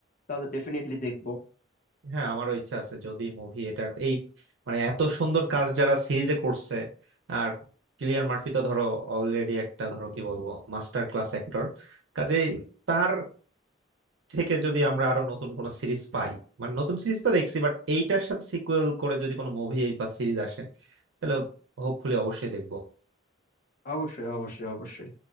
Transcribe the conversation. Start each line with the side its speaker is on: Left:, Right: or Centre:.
Left: তাহলে ডেফিনেটলি দেখবো
Right: হ্যাঁ আমারও ইচ্ছা আছে যদি মুভি এটার এই মানে এত সুন্দর কাজ যারা সিরিজে করছে আর ক্লিয়ার মার্ফি তো ধরো অলরেডি একটা ধরো কি বলবো মাস্টার ক্লাস অ্যাক্টর কাজে তার থেকে যদি আমরা আরো নতুন কোনো সিরিজ পাই মানে নতুন সিরিজ তো দেখছি বাট এইটার সাথে সিকুয়েল করে যদি কোনো মুভি বা সিরিজ আসে তাহলে হোপফুলি অবশ্যই দেখবো
Left: অবশ্যই অবশ্যই অবশ্যই